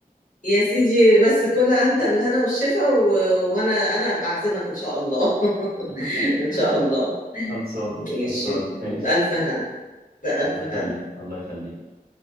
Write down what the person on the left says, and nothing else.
يا سيدي بس كلها انت بالهنا والشفا و... وانا انا بعزمك ان شاء الله <laughs>
ان شاء الله
ماشي
بألف
هنا بألف
هنا